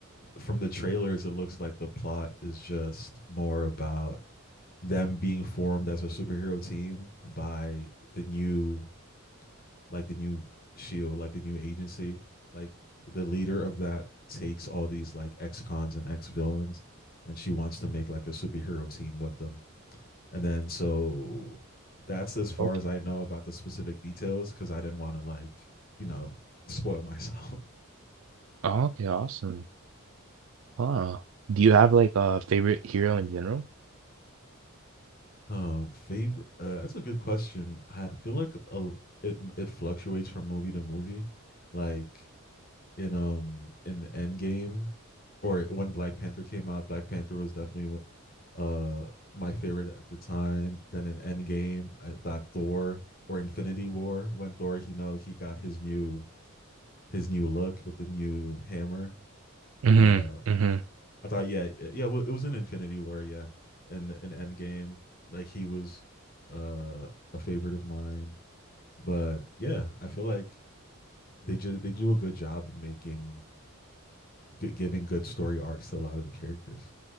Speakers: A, on the left (about 40°); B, on the right (about 65°).
A: from the trailers it looks like the plot is just more about them being formed as a superhero team by the new like the new shield, like the new agency, like the leader of that takes all these like ex cons and ex villains, and she wants to make like a superhero team with them. And then so that's as far
B: Okay.
A: as I know about the specific details because I didn't want to like you know spoil <laughs> myself.
B: Okay, awesome. Huh. Do you have like a favorite hero in general?
A: Uh, favorite? Uh, that's a good question. I feel like a, it it fluctuates from movie to movie. Like in um in the end or when Black Panther came out, Black Panther was definitely uh my favorite at the time. Then in Endgame, I thought Thor or Infinity War when Thor, you know, he got his new his new look with the new hammer.
B: hmm
A: Uh,
B: hmm
A: I thought, yeah, yeah, well, it was in Infinity War, yeah, in in Endgame, like he was uh a favorite of mine. But yeah, I feel like they just they do a good job in making good, giving good story arcs to a lot of the characters.